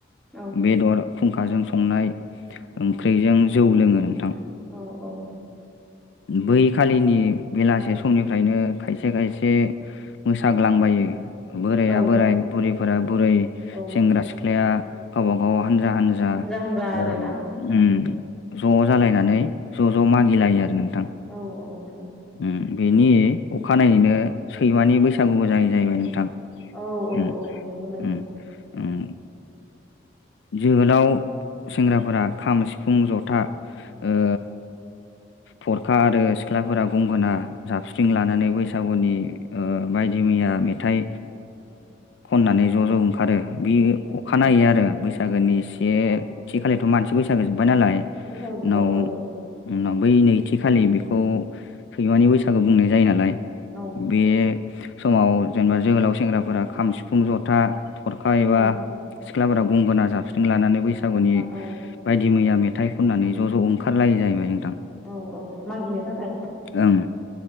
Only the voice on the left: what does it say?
बेदर खुंखाजों संनाय ओंख्रिजों जौ लोङो नोंथां
बै खालिनि बेलासे समनिफ्रायनो खायसे खायसे मोसाग्लांबायो बोराया
बोराय बुरैफोरा बुरै
सेंग्रा सिख्लाया गावब गाव हानजा हानजा
ज'
जालायनानै ज' ज'
मागिलायो आरो नोंथां
उम बेनि अखानायैनो सैमानि बैसागुबो जायो जाहैबाय नोंथां
उम
उम
उम जोहोलाव सेंग्राफोरा खाम सिफुं जथा ओ
थरखा आरो सिख्लाफोरा गंगोना जाबस्रिं
लानानै बैसागुनि
ओ बायदि मैया मेथाइ खननानै ओ ज' ज' ओंखारो बे
अखाानायनायै आरो बैसाग गोनि सेथि
खालिथ' मानसि बैसागो जोब्बाय नालाय
उनाव
उनाव बै नैथि खालि बेखौ सैमानि बैसागु बुंनाय जायो नालाय
बे समाव जेनेबा जोहोलाव सेंग्राफोरा खाम सिफुं जथा थरखा एबा
सिख्लाफोरा गंगोना जाबस्रिं लानानै बैसागुनि
बायदि मैया मेथाइ थाइ खननानै ज' ज' ओं खारलायो जाहैबाय नोंथां
ओं